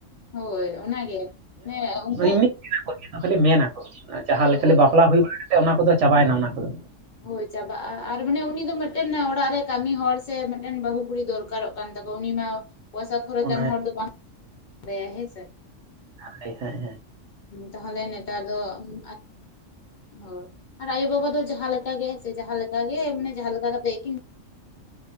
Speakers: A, on the left; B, on the right.
A: ᱦᱳᱭ ᱚᱱᱟᱜᱮ ᱦᱮᱸ ᱩᱱᱠᱩ
B: ᱮᱢᱱᱤ ᱠᱷᱟᱹᱞᱤ ᱢᱮᱱᱟᱠᱚ ᱡᱟᱦᱟᱸ
A: ᱦᱳᱭ
B: ᱠᱷᱟᱹᱞᱤ ᱵᱟᱯᱞᱟ ᱦᱩᱭ ᱵᱟᱲᱟ ᱠᱟᱛᱮ ᱚᱱᱟ ᱠᱚᱫᱚ ᱪᱟᱵᱟᱭᱮᱱᱟ ᱚᱱᱟ ᱠᱚᱫᱚ᱾
A: ᱦᱳᱭ ᱪᱟᱵᱟᱜ-ᱟ ᱟᱨ ᱢᱟᱱᱮ ᱩᱱᱤ ᱫᱚ ᱢᱤᱫᱴᱮᱱ ᱚᱲᱟᱜ ᱨᱮ ᱠᱟᱹᱢᱤ ᱦᱚᱲ ᱥᱮ ᱢᱤᱫᱴᱮᱱ ᱵᱟᱹᱦᱩ ᱠᱩᱲᱤ ᱫᱚᱨᱠᱟᱨᱚᱜ ᱠᱟᱱ <unintelligible> ᱩᱱᱤ ᱢᱟ ᱯᱚᱭᱥᱟ ᱠᱷᱚᱨᱚᱪᱟᱱ
B: ᱚᱱᱟ
A: ᱦᱚᱲ ᱫᱚ ᱵᱟᱝ <unintelligible> ᱦᱮᱸᱥᱮ
B: <unintelligible>
A: ᱛᱟᱦᱞᱮ ᱱᱮᱛᱟᱨ ᱫᱚ ᱦᱳᱭ ᱟᱨ ᱟᱭᱳ ᱵᱟᱵᱟ ᱫᱚ ᱡᱟᱦᱟᱸ ᱞᱮᱠᱟ ᱜᱮ ᱥᱮ ᱡᱟᱦᱟᱸ ᱞᱮᱠᱟ ᱜᱮ ᱢᱟᱱᱮ ᱡᱟᱦᱟᱸ ᱞᱮᱠᱟ ᱠᱟᱛᱮᱫ ᱜᱮ ᱠᱤᱱ